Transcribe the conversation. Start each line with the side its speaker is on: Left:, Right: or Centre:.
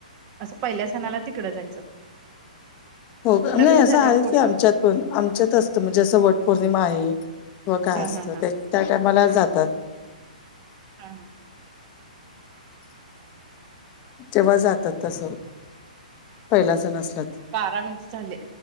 Right: असं पहिल्या सणाला तिकडं जायचं
Left: हो
Right: लग्न
Left: नाही असं
Right: झाल्यावर
Left: आहे
Right: कुठलं
Left: की आमच्यात पण आमच्यात असतं म्हणजे जं वट पौर्णिमा आहे किंवा काय
Right: हा
Left: असतं
Right: हा हा
Left: ते त्या टायमाला जातात
Right: हा हा
Left: जेव्हा जातात तस पहिला जणसला त
Right: बारा मिनिट चाले